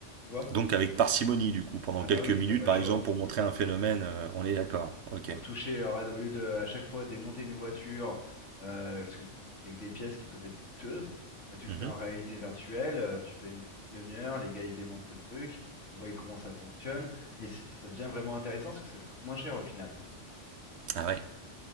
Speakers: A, on the left; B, on the right.
A: Tu vois?
B: Donc avec parcimonie, du coup, pendant
A: Ah bah
B: quelques
A: oui,
B: minutes,
A: t'as pas
B: par
A: le choix.
B: exemple, pour montrer un phénomène, euh, on est d'accord, ok.
A: pour toucher, au lieu de à chaque fois démonter une voiture, euh, parce que c'est avec des pièces qui peuvent être coûteuses, bah, tu le
B: Mhm.
A: fais en réalité virtuelle, euh, tu fais une petite demi-heure, les gars ils démontent le truc, ils voient comment ça fonctionne, et c'est- ça devient vraiment intéressant parce que ça te coûte moins cher au final.
B: Ah ouais,